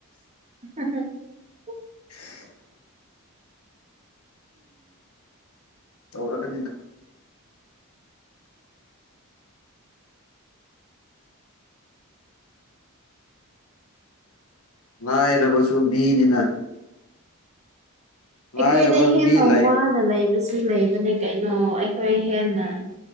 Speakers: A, on the right; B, on the left.
A: <unintelligible>
B: <unintelligible> ꯇꯧꯔꯒꯅꯤꯅ ꯂꯥꯏꯔꯕꯁꯨ ꯃꯤꯅꯤꯅ
A: ꯑꯩꯈꯣꯏꯗ
B: ꯂꯥꯏꯔꯕ
A: ꯍꯦꯟꯅ
B: ꯃꯤ ꯂꯩ
A: ꯋꯥꯅ ꯂꯩꯕꯁꯨ ꯂꯩꯕꯅꯦ ꯀꯩꯅꯣ ꯑꯩꯈꯣꯏ ꯍꯦꯟꯅ